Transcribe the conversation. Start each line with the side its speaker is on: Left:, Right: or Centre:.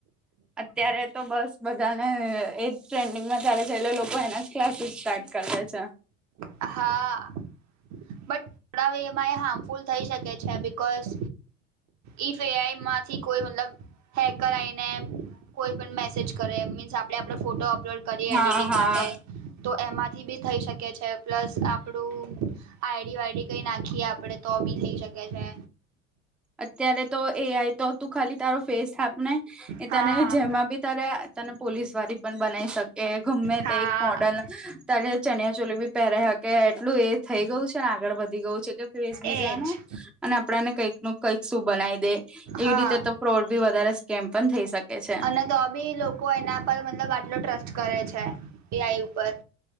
Centre: અત્યારે તો બસ બધાને એજ ટ્રેન્ડિંગમાં ચાલે છે લોકો એના ક્લાસીસ સ્ટાર્ટ કર લે છે.
Right: હા બટ થોડા વેહ હાર્મફુલ થઈ શકે છે બિકોઝ ઈફ એ આઈ માં થી કોઈ મતલબ હેકર આયને કોઈ પણ મેસેજ કરે મીન્સ આપડે આપડો ફોટો અપલોડ કરી
Centre: હા
Right: એડિટિંગ
Centre: હા
Right: માટે તો એમાંથી બી થઈ શકે છે પ્લસ આપડું આઈ ડી વાઈ ડી કઈ નાખીએ આપડે તો બી થઇ શકે છે.
Centre: અત્યારે તો એ આય તો તું ખાલી તારો ફેસ આપને એ
Right: હા
Centre: તને જેમાં બી તારે તને પોલીસ વારી પણ બનાઈ શકે ગમે
Right: હા
Centre: તે એક મોડલ તને ચનિયા ચોલી બી પહેરાઇ હકે એટલું એ થઇ ગયું છે ને આગળ વધી ગયું છે. તે ફેસ બીજાનો
Right: એજ
Centre: અને આપડાને કંઈક નું કઈક શું બનાવી દે. એવી
Right: હા
Centre: રીતે તો ફ્રોડ બી વધારે સ્કેમ પણ થઈ શકે છે.
Right: અને તો બી લોકો એના પર મતલબ આટલો ટ્રસ્ટ કરે છે એઆઈ ઉપર